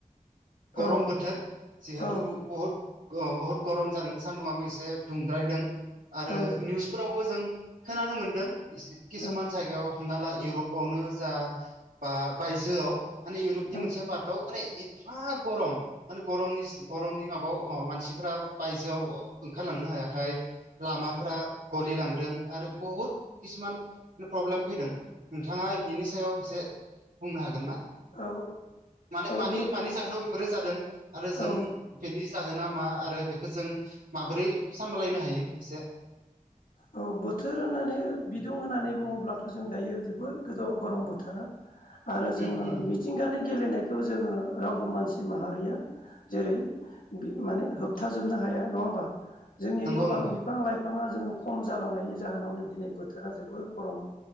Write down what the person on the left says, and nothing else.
औ
औ
औ
औ
औ
औ
औ
बोथ
औ
औ बोथोर होननानै बिदुं होननानै बुङोब्लाथ' जों दायो जोबोद गोजौ गरम बोथोरा आरो जोङो
मिथिंगानि गेलेनायखौ जोङो रावबो मानसि माहारिया जेरै माने होबथाजोबनो हाया नङा होमबा जोंनि
गोबां
बिफां लाइफाङा जोङो खम जालांनायनि जाहोनावनो दिनै बोथोरा जोबोर गरम